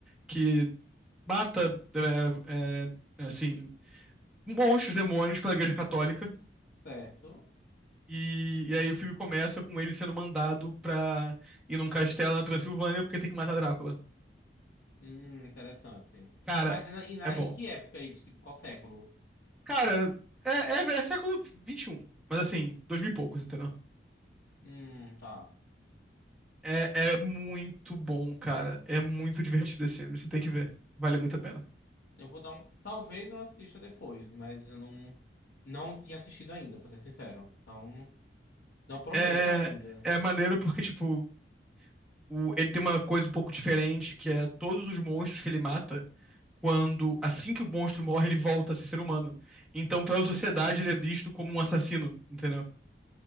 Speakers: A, in the centre; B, on the left (about 85°).
A: que mata, é, é, assim, monstros, demônios pela Igreja Católica.
B: Certo.
A: E, e aí o filme começa com ele sendo mandado pra ir num castelo na Transilvânia porque tem que matar Drácula.
B: Hum, interessante.
A: Cara,
B: Mas e na, e na-
A: é bom.
B: em que época é isso? Tipo, qual século?
A: Cara, é, é, é século XXI, mas assim, dois mil e poucos, entendeu?
B: Hum, tá.
A: É, é muito bom, cara. É muito divertido esse filme, você tem que ver. Vale muito a pena.
B: Eu vou dar um. Talvez eu assista depois, mas eu não. Não tinha assistido ainda, pra ser sincero. Então, não prometo
A: É,
B: ainda.
A: é maneiro porque, tipo, o- ele tem uma coisa um pouco diferente, que é todos os monstros que ele mata, quando assim que o monstro morre, ele volta a ser ser humano. Então, pela sociedade, ele é visto como um assassino, entendeu?